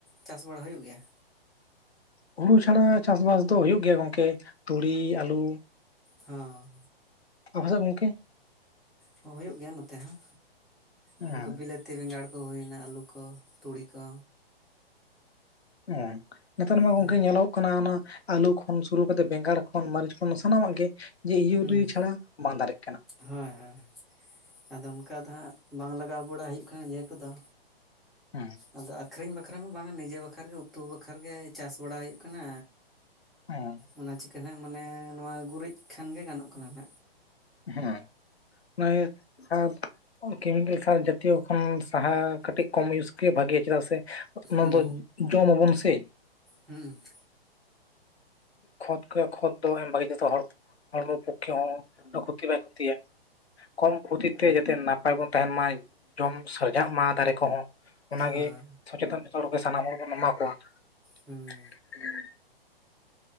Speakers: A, in the centre; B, on the left.
A: ᱪᱟᱥ ᱵᱟᱲᱟ ᱦᱩᱭᱩᱜ ᱜᱮᱭᱟ᱾
B: ᱦᱩᱲᱩ ᱪᱷᱟᱲᱟ ᱪᱟᱥ ᱵᱟᱥ ᱫᱚ ᱦᱩᱭᱩᱜ ᱜᱮᱭᱟ ᱜᱚᱝᱠᱮ᱾ ᱛᱩᱲᱤ ᱟᱹᱞᱩ
A: ᱦᱚᱸ
B: ᱟᱯᱮ ᱥᱮᱫ ᱜᱚᱝᱠᱮ᱾
A: ᱦᱚᱧᱸ ᱦᱩᱭᱩᱜ ᱜᱮᱭᱟ ᱱᱚᱛᱮ ᱦᱚᱸ
B: ᱦᱮᱸ
A: ᱱᱚᱝᱠᱟ ᱵᱤᱞᱟᱹᱛ ᱛᱤ ᱵᱮᱸᱜᱟᱲ ᱠᱚ ᱦᱩᱭᱱᱟ ᱟᱹᱞᱩ ᱠᱚ ᱛᱩᱲᱤ ᱠᱚ᱾
B: ᱚ ᱱᱮᱛᱟᱨ ᱢᱟ
A: ᱦᱩᱸ
B: ᱜᱚᱝᱠᱮ ᱧᱮᱞᱚᱜ ᱚᱱᱟ ᱟᱞᱩ ᱠᱷᱚᱱ ᱥᱩᱨᱩ ᱠᱟᱛᱮ ᱵᱮᱸᱜᱟᱲ ᱠᱷᱚᱱ ᱢᱟᱹᱨᱤᱪ ᱥᱟᱱᱟᱢᱟᱜ ᱜᱮ ᱡᱮ ᱤᱭᱩᱨᱤᱭᱟᱹ
A: ᱦᱩᱸ
B: ᱪᱷᱟᱲᱟ ᱵᱟᱝ ᱫᱟᱲᱮᱜ ᱠᱟᱱᱟ᱾
A: ᱦᱳᱭ ᱦᱳᱭ ᱟᱫᱚ ᱚᱱᱠᱟ ᱫᱚ ᱦᱟᱸᱜ ᱵᱟᱝ ᱞᱟᱜᱟᱣ ᱵᱟᱲᱟ ᱦᱩᱭᱩᱜ ᱠᱟᱱᱟ ᱤᱭᱟᱹ ᱠᱚᱫᱚ᱾
B: ᱦᱮᱸ
A: ᱟᱫᱚ ᱟᱹᱠᱷᱨᱤᱧ ᱵᱟᱠᱷᱨᱟ ᱢᱟ ᱵᱟᱝ ᱱᱤᱡᱮ ᱵᱟᱠᱷᱨᱟ ᱜᱮ ᱩᱛᱩ ᱵᱟᱠᱷᱨᱟ ᱜᱮ ᱪᱟᱥ ᱵᱟᱲᱟ ᱦᱩᱭᱩᱜ ᱠᱟᱱᱟ᱾
B: ᱦᱮᱸ
A: ᱚᱱᱟ ᱪᱤᱠᱟᱹ ᱱᱟᱜ ᱢᱟᱱᱮ ᱱᱚᱣᱟ ᱜᱩᱨᱤᱡ ᱠᱷᱟᱱ ᱜᱮ ᱜᱟᱱᱚᱜ ᱠᱟᱱᱟ ᱦᱟᱸᱜ᱾
B: ᱦᱮᱸ <unintelligible> ᱟᱨ ᱠᱮᱢᱤᱠᱮᱞ ᱠᱷᱟᱨ ᱡᱟᱹᱛᱤᱭᱚ ᱠᱷᱚᱱ ᱥᱟᱦᱟ ᱠᱟᱹᱴᱤᱡ ᱠᱚᱢ ᱤᱭᱩᱡᱽ ᱜᱮ ᱵᱷᱟᱜᱮᱭᱟ᱾ ᱪᱮᱫᱟᱜ ᱥᱮ ᱚᱱᱟ
A: ᱦᱩᱸ
B: ᱫᱚ ᱡᱚᱢ ᱟᱵᱚᱱ ᱥᱮ᱾
A: ᱦᱩᱸ᱾
B: ᱠᱷᱚᱛ ᱠᱚ, ᱠᱷᱚᱛ ᱫᱚ ᱮᱢ ᱵᱷᱟᱜᱤ ᱡᱷᱚᱛᱚ ᱦᱚᱲ ᱦᱚᱲᱢᱚ ᱯᱚᱠᱠᱷᱮ ᱦᱚᱸ ᱠᱷᱚᱛᱤ ᱵᱟᱭ ᱠᱷᱚᱛᱤᱭᱟ, ᱠᱚᱢ ᱠᱷᱚᱛᱤ ᱛᱮ ᱡᱟᱛᱮ ᱱᱟᱯᱟᱭ ᱵᱚᱱ ᱛᱟᱦᱮᱱ ᱢᱟ ᱡᱚᱢ ᱥᱟᱡᱟᱜ ᱢᱟ ᱫᱟᱨᱮ ᱠᱚᱦᱚᱸ ᱚᱱᱟᱜᱮ
A: ᱦᱩᱸ ᱦᱚᱸ
B: ᱥᱚᱪᱮᱛᱚᱱ ᱡᱷᱚᱛᱚ ᱦᱚᱲᱜᱮ ᱥᱟᱱᱟᱢ ᱦᱚᱲ ᱵᱚᱱ ᱮᱢᱟ ᱠᱚᱣᱟ᱾
A: ᱦᱩᱸ᱾
B: <inaudible>